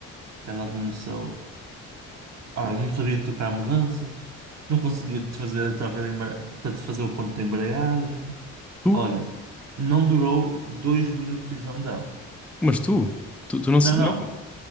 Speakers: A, on the right; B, in the centre.
A: ela começou. Ah, não sabia trocar mudanças, não conseguia de fazer a troca de embra... portanto, fazer o ponto de embreagem.
B: Tu?
A: Olha, não durou dois minutos o exame dela.
B: Mas tu? Tu, tu não, se-
A: Não, não,
B: não...